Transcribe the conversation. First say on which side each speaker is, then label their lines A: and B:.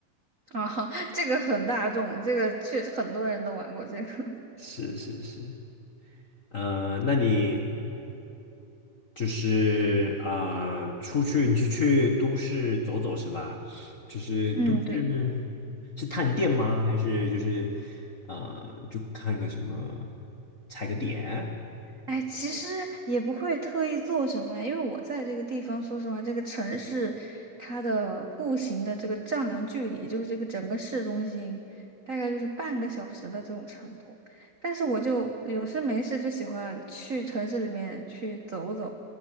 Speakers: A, on the right (about 55°); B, on the left (about 50°).
A: <laughs> 啊，这个很大众，这个确实很多人都玩过这个。<laughs>
B: 是是是，呃，那你就是啊、呃出去你是去都市走走是吧？就是都市是探店吗？
A: 嗯，对。
B: 还是就是呃，就看个什么踩个点？
A: 哎，其实也不会特意做什么，因为我在这个地方，说实话，这个城市它的步行的这个丈量距离，就是这个整个市中心，大概就是半个小时的这种程度。但是我就有事没事就喜欢去城市里面去走走，